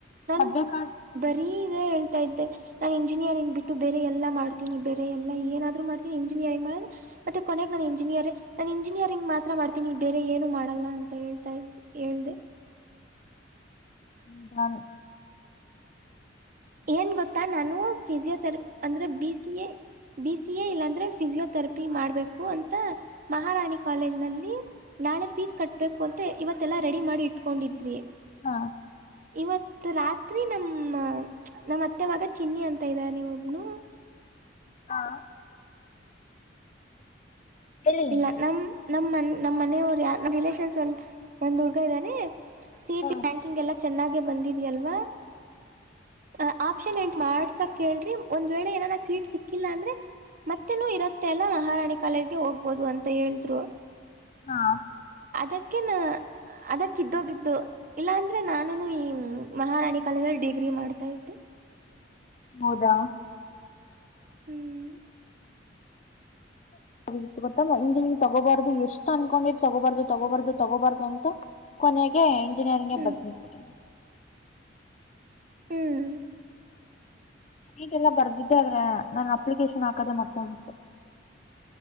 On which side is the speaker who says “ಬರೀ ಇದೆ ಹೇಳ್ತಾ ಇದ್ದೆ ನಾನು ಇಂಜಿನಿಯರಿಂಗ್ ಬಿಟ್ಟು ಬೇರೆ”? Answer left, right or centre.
Right